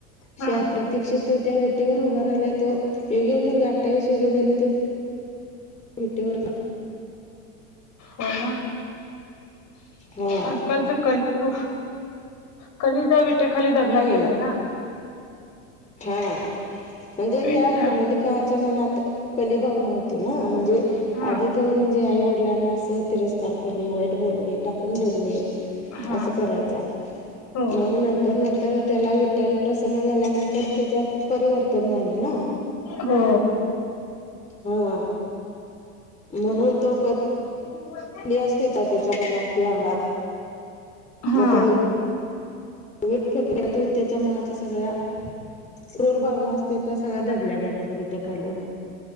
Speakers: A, on the left; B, on the left.
A: हा
B: श प्रतीक्षित त्या विटेवर उभ राहिलाय तो युगे अठ्ठावीस युगे झाली विटेवर
A: हो ना
B: हा
A: आजकालच कलियूग कलिता विटेखाली दबला
B: हम्म
A: गेलाय ना
B: हा म्हणजे
A: विटा
B: त्या पुंडलिकाच्या मनात कलीभावना होती ना म्हणजे
A: हा
B: आधी तर म्हणजे आई वडिलांना अस तिरस्कार करणे वाईट बोलणे टाकून बोलणे
A: हा
B: असं करायचा
A: हो
B: मग नंतर नंतर त्याला विठ्ठल प्रसन्न झाल्यानंतर तर त्याच्यात परिवर्तन झालं ना
A: हो
B: हा म्हणून तो
A: ह <unintelligible>
B: <unintelligible> क्ली असते का त्याच्या मनात किंवां अंगात.
A: हा
B: म तो वीट फेकले जातो त्याच्या मनातल्या, सगळ्या क्रुर भावना असते त्या सगळ्या दबल्या जातात. मी तेे खाली